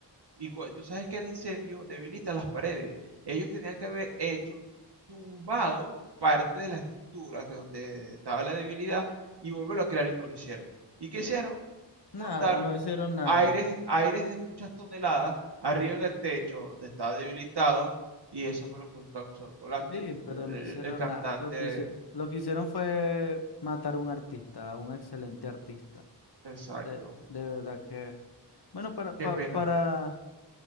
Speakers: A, on the right (about 70°); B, on the left (about 65°).
A: y cua- tú sabes que el incendio debilita las paredes. Ellos tenían que haber hecho tumbado parte de la estructura que donde estaba la debilidad y volverlo a crear y no lo hicieron. ¿Y qué
B: sí,
A: hicieron?
B: nada,
A: Montaron
B: no hicieron
A: un
B: nada.
A: aires, aires de muchas toneladas arriba en el techo donde estaba debilitado y eso fue lo que causó el colapso
B: Sí,
A: y murió
B: pero
A: el,
B: no hicieron
A: el cantante.
B: nada. Lo que hicieron, lo que hicieron fue matar a un artista, a un excelente artista.
A: Exacto.
B: De, de verdad que... Bueno, para,
A: Qué
B: pa-
A: pena.
B: para,